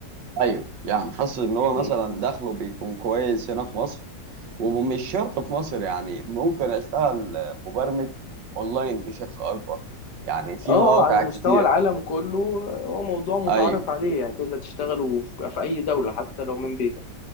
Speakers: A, on the right; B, on the left.
A: ايوه يعني حاسس ان هو
B: مم.
A: مثلا دخله بيكون كويس هنا في مصر ومش شرط في مصر يعني ممكن اشتغل مبرمج اونلاين بشكل اكبر يعني في
B: اه
A: مواقع
B: آه، على مستوى
A: كتير
B: العالم كله آه، هو موضوع متعارف
A: ايوه
B: عليه يعني تقدر تشتغله في في أي دولة حتى لو من بيتك